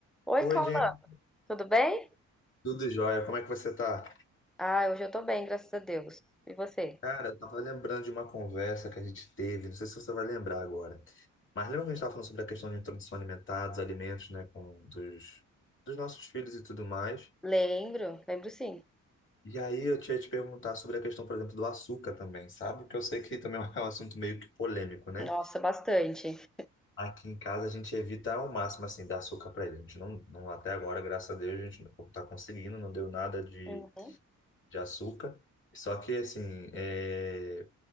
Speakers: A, in the centre; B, on the left.
A: Oi,
B: Oi,
A: Cauã,
B: gente,
A: tudo bem?
B: tudo jóia? Como é que você tá?
A: Ah, hoje eu tô bem, graças a Deus. E você?
B: Cara, eu tava lembrando de uma conversa que a gente teve, não sei se você vai lembrar agora, mas lembra que a gente tava falando sobre a questão de introdução alimentar, dos alimentos, né, com, dos, dos nossos filhos e tudo mais?
A: Lembro, lembro sim.
B: E aí eu tinha te perguntar sobre a questão, por exemplo, do açúcar também, sabe? Que eu sei que também é um assunto meio que polêmico, né?
A: Nossa, bastante.
B: Aqui em casa a gente evita ao máximo, assim, dar açúcar para ele. A gente não, não, até agora, graças a Deus, a gente não tá conseguindo, não deu nada de,
A: Uhum.
B: de açúcar. Só que, assim, é...